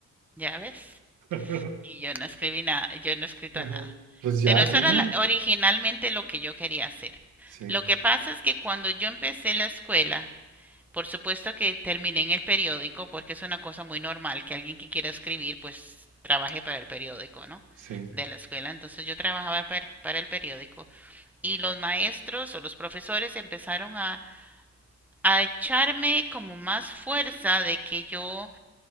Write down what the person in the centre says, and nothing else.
ya ves.
Y yo no escribí nada, yo no he escrito
nada.
Pero eso
era la- originalmente lo que yo quería hacer.
Lo que pasa es que cuando yo empecé la escuela, Por supuesto que terminé en el periódico porque es una cosa muy normal que alguien que quiera escribir pues trabaje para el periódico, ¿no?
De la escuela. Entonces yo trabajaba para el periódico y los maestros o los profesores empezaron a, a echarme como más fuerza de que yo